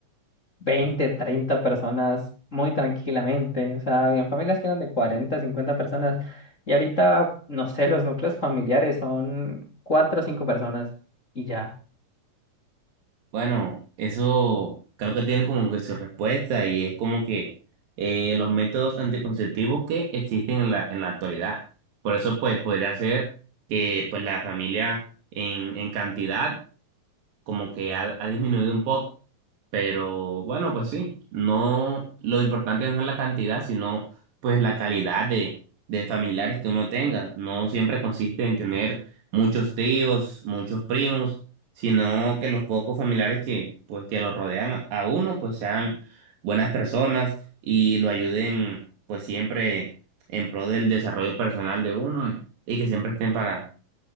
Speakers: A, on the left (about 25°); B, on the right (about 85°).
A: 20 30 personas muy tranquilamente. O sea, habían familias que eran de 40 50 personas. Y ahorita, no sé, los núcleos familiares son 4 o 5 personas y ya.
B: Bueno, eso creo que tiene como que su respuesta y es como que eh, los métodos anticonceptivos que existen en la, en la actualidad. Por eso, pues, podría ser que pues la familia en, en cantidad como que ha, ha disminuido un poco. Pero bueno, pues sí, no, lo importante no es la cantidad, sino pues la calidad de, de familiares que uno tenga. No siempre consiste en tener muchos tíos, muchos primos, sino que los pocos familiares que, pues, que lo rodean a a uno, pues sean buenas personas y lo ayuden, pues siempre en pro del desarrollo personal de uno y, y que siempre estén para,